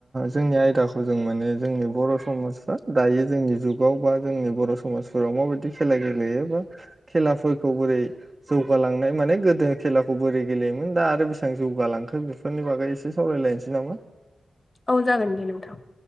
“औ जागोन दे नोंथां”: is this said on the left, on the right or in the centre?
Left